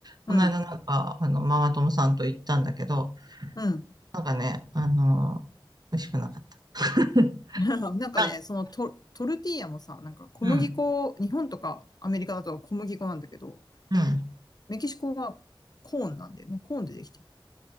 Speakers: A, on the right; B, on the left.
A: この間なんか、
B: うん、
A: あの、ママ友さんと行ったんだけど、
B: うん。
A: なんかね、あの、美味しくなかった。<laughs>
B: <laughs> なんかね、
A: なん
B: そのト、トルティーヤもさ、なんか小麦粉、
A: うん、
B: 日本とかアメリカだと小麦粉なんだけど、
A: うん。
B: メキシコはコーンなんだよね。コーンでできてる。